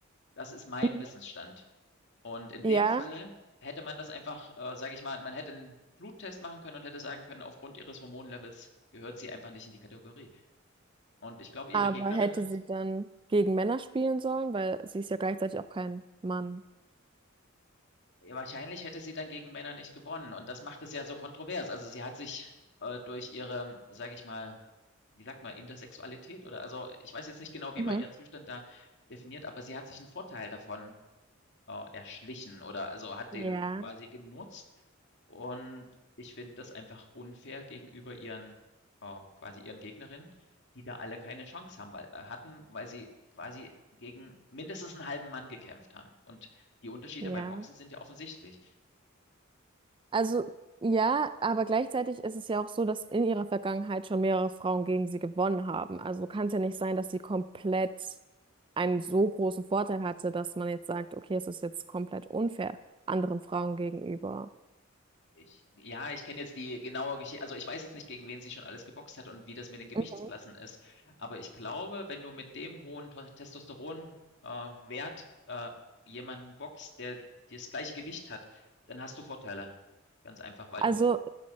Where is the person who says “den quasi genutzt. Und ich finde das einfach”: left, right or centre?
Left